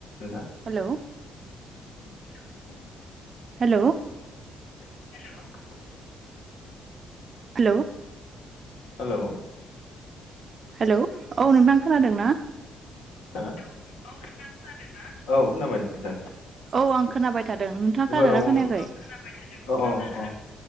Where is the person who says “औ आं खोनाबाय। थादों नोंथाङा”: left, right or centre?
Right